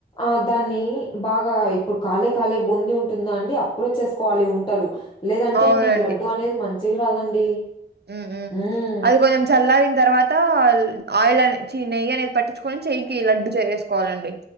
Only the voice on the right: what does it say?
అవునండి.
హ్మ్. హ్మ్.
అది కొంచెం చల్లారిన తర్వాత ఆయిల్ అనే చీ నెయ్యి అనేది పట్టించుకొని చెయ్యికి లడ్డు చేేసేసుకోవాలండి